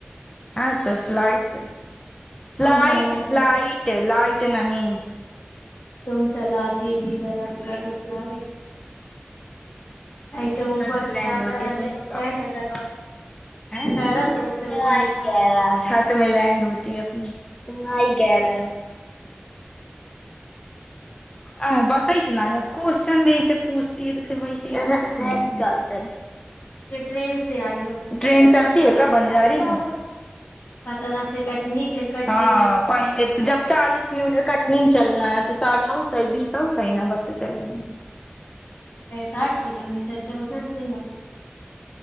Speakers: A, on the left; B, on the left.
A: آے تو لائٹ سےفلائٹ
B: تم چلاتی
A: فلائٹ لائٹ نہیں
B: تم چلاتی بھی جرا گھر میں فلائٹ ایسے
A: اپنے چھت
B: اوپر
A: پے
B: سے
A: لینڈ
B: جاتا
A: ہوتی
B: رہتا
A: ہے تم کو کیا
B: لینڈ
A: معلوم
B: کرا
A: ہ
B: پیراسوٹ سے اتریے
A: آئی
B: گا
A: گیا سات ت میں لینڈ ہوتی ہے اپنی تو وہی کہہ رہا ہے ا بسائیچے ن کوشن بھی پ یہ د مش گارٹ
B: ٹرینس سی آئی وہ
A: ٹرین چلتی ہے کب بنجاری میں
B: ساتنا سے کٹنی پھر کٹنی
A: ہاں
B: س
A: پہلے تو جب چالیس کلو میٹر کٹنی چلنا ہے تو ساٹھ ہاؤس بیس ہاؤس ہی نا بس سے چل لیں گے
B: ساٹھ کلو میٹر جو <unintelligible> پ